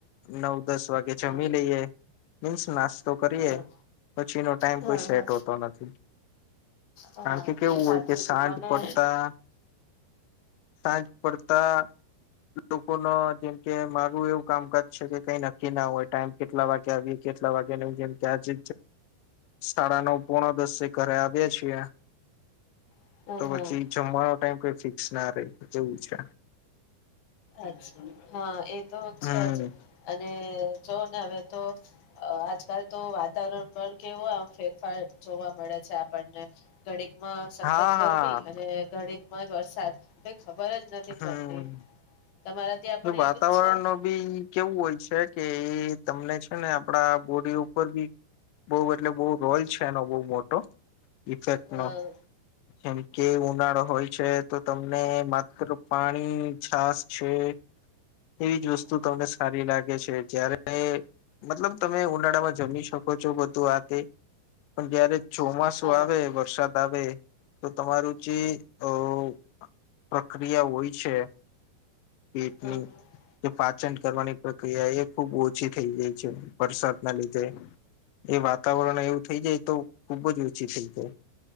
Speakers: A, on the left; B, on the left.
A: નવ દસ વાગે
B: હા
A: જમી લઈએ. મીન્સ માસ તો કરીએ
B: હા
A: પછી ન ટાઈમ
B: હા
A: કોઈ સેટ
B: હા
A: હોતો નથી.
B: હા
A: કારણ કે કેવું
B: મે
A: હોય
B: સાચું
A: કે સાંજ
B: કીધું ને
A: પડતા સાંજ પડતા લોકો ન જેમકે મારું એવું કામકાજ છે કે કઈ નક્કી ના હોય ટાઈમ કેટલા વાગે આવી કેટલા વાગે નહી જેમકે આજે સાડા નવ પોણા દસ ઘરે આવ્યા છીએ.
B: હા
A: તો પછી
B: હા
A: જમવાનો ટાઈમ કઈ ફિક્સ ના ર એવું છે.
B: અછા હા એ તો
A: હમ
B: છે જ અને જો ને હવે તો અ આજકાલ તો વાતાવરણ પણ કેવો આમ ફેરફાર જોવા મળે છે આપણને ઘણી માં સખત
A: હા
B: ગરમી
A: હા
B: અને ઘડી વરસાદ ખબર જ નથી
A: હમ
B: પડતી. તમારા ત્યાં પણ
A: વાતાવરણ
B: એવું જ છે
A: નો બી કેવું હોય છે કે એ તમને છે ને આપડા બોડી ઉપર બી બઉ એટલે બહ રોલ છે એનો બહ મોટો ઇફેક્ટ
B: હ
A: નો એમ. કે ઉનાળો હોય છે તો તમને પાણી, છાસ છે એવી જ વસ્તુ
B: હા
A: તું તમને સારી લાગે છે જય્યારે મતલબ તમે ઉનાળામાં જમી શકો છો, બધું આ તે પણ જયારે ચોમાસું
B: હા
A: આવે વરસાદ આવે તો તમારું જો અ પ્રક્રિયા હોય છે પેટની
B: હા હા.
A: જે પાચન કરવાની પ્રક્રિયા એ ખૂબ ઓછી થઈ જાય છે વરસાદના લીધે એ વાતાવરણ એવું થઈ જાય તો ખુબ જ ઓછી થઈ જાય